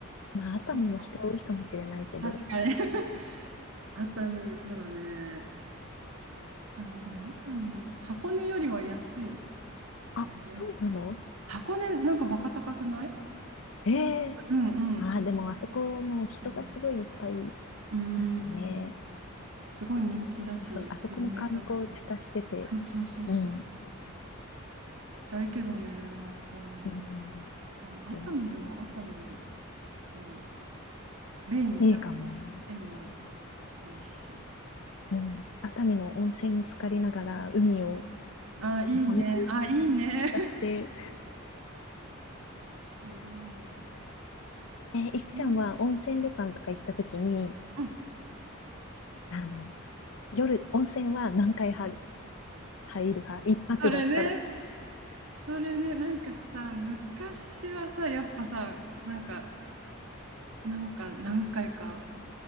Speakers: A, on the left (about 70°); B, on the right (about 80°).
A: まあ、熱海も人多いかもしれないけど。
B: いいかも確かに。<laughs> 熱海、そうだね。熱海、でも熱海、箱根よりは安い
A: あ、
B: よね。
A: そうなの
B: 箱根、なんかバカ高くないす、
A: へえ。
B: うんうん。
A: ああ、でもあそこもう人がすごいいっぱい、
B: うん、うんうん
A: なんかね、
B: すごい人気だし、
A: そう、あそこも観光地化してて、
B: 有名だし。そうそうそうそう。
A: うん、
B: 行きたいけどね、箱根。
A: うん
B: 熱海、熱海でも熱海
A: と、
B: いい。便、
A: いいかもね。
B: なんかね、便もいいし。
A: うん。
B: やす
A: 熱海の温泉に浸かりながら海を
B: あ、いいね。
A: 眺め
B: あ、いいね。
A: たくて。
B: <laughs> いいね。
A: えー、いくちゃんは温泉旅館とか行った時に、
B: うん。うん
A: あの、夜、温泉は何回入る、入る派一泊だったら。
B: それね。それね。なんかさ、昔はさ、やっぱさ、なんか、なんか何回か、